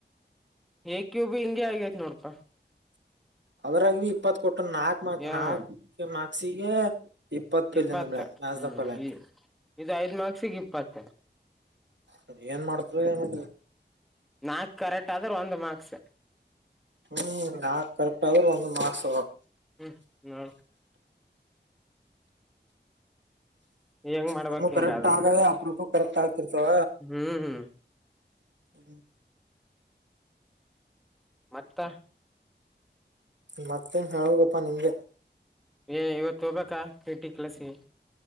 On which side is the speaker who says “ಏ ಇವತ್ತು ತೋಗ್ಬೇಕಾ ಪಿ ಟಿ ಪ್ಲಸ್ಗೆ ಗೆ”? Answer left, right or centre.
Centre